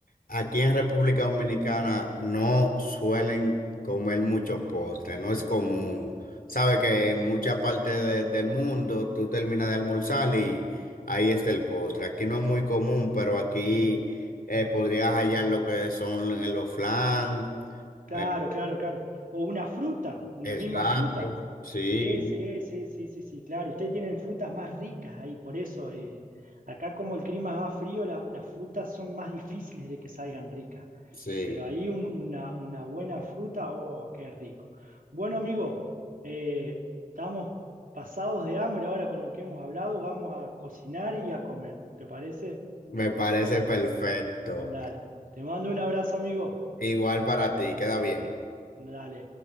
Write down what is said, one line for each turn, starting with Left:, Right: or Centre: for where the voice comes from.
Left: Aquí en República Dominicana no suelen comer mucho postre, no es común. Sabe que en mucha parte de- del mundo tú terminas de almorzar y ahí está el postre. Aquí no es muy común, pero aquí eh, podrías hallar lo que son eh, los flan.
Right: Claro,
Left: eh,
Right: claro, claro. O una fruta, una
Left: exacto,
Right: misma fruta.
Left: sí,
Right: Sí, sí, sí, sí, sí, sí, claro. Ustedes tienen frutas más ricas ahí, por eso eh, acá como el clima es más frío, la- las frutas son más difíciles de que salgan ricas.
Left: sí,
Right: Pero ahí un- una, una buena fruta, oh, qué rico. Bueno, amigo, eh, estamos pasados de hambre ahora con lo que hemos hablado. Vamos a cocinar y a comer. ¿Te parece?
Left: me parece perfecto.
Right: Dale. Te mando un abrazo, amigo.
Left: Igual para ti, queda bien.
Right: Dale.